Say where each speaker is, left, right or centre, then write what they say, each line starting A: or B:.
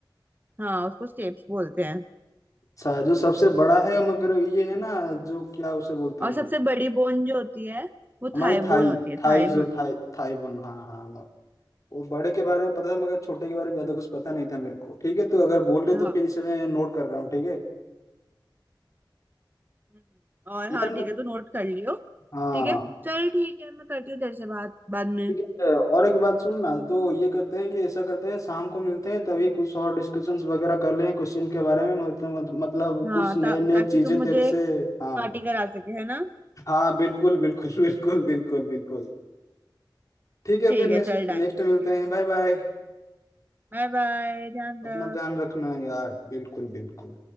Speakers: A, on the right (about 25°); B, on the left (about 45°).
A: हाँ उसको स्टेप्स बोलते हैं
B: अच्छा जो सबसे बड़ा है मगर ये है ना जो क्या उसे बोलते हैं
A: और सबसे बड़ी बोन जो होती है वो
B: हमारे
A: थाई
B: थाई
A: बोन होती है
B: थाई
A: थाई में
B: जो
A: होती
B: थाई थाई बोन हाँ हाँ वो वो बड़े के बारे में पता था मगर छोटे के बारे में ज्यादा कुछ पता नहीं था मेरे को ठीक है तो अगर बोल रहे
A: है
B: तो
A: हाँ
B: फिर इसे मैं नोट कर रहा हूँ ठीक है
A: हम्म, और
B: यार
A: हाँ
B: मैं
A: ठीक है तू नोट कर लियो
B: हाँ
A: ठीक है चल ठीक है मैं करती हूँ तेरे से बात बाद में
B: ठीक है और एक बात सुन ना तो ये करते हैं कि ऐसा करते हैं शाम को मिलते हैं तभी कुछ और डिस्कशंस वगैरह कर लें क्वेश्चन के बारे में मतलब मतलब
A: हाँ
B: कुछ नए
A: ता,
B: नए
A: ताकि
B: चीजें
A: तू मुझे
B: तेरे से हाँ
A: पार्टी करा सके है ना
B: हाँ बिल्कुल बिल्कुल <laughs> बिल्कुल बिल्कुल बिल्कुल ठीक है
A: ठीक
B: फिर नेक्स्ट
A: है चल done
B: नेक्स्ट
A: okay
B: मिलते
A: okay
B: हैं बाय बाय
A: Bye bye ध्यान
B: अपना
A: रख
B: ध्यान रखना यार बिल्कुल बिल्कुल